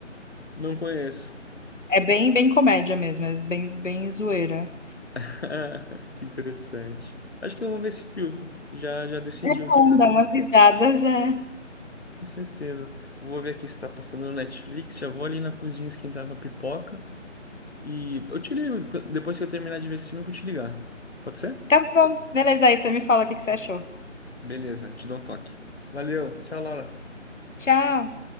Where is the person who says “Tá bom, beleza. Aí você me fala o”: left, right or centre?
Left